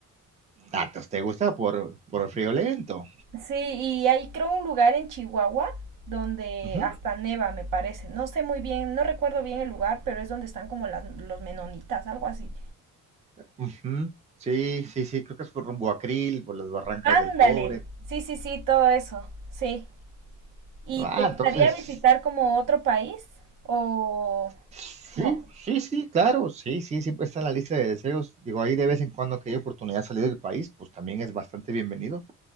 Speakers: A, on the right; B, on the right.
A: datos, ¿te gusta por, por el frío lento?
B: Sí, y hay creo un lugar en Chihuahua donde
A: Uh -huh,
B: hasta neva, me parece. No sé muy bien, no recuerdo bien el lugar, pero es donde están como las, los menonitas, algo así.
A: uh -huh. Sí, sí, sí, creo que es por rumbo a Acril, por las barrancas
B: Ándale.
A: del cobre.
B: Sí, sí, sí, todo eso. Sí. ¿Y
A: Ah,
B: te gustaría
A: entonces,
B: visitar como otro país? ¿O
A: sí,
B: no?
A: sí, sí, claro, sí, sí, siempre está en la lista de deseos. Digo, ahí de vez en cuando que hay oportunidad de salir del país, pues también es bastante bienvenido.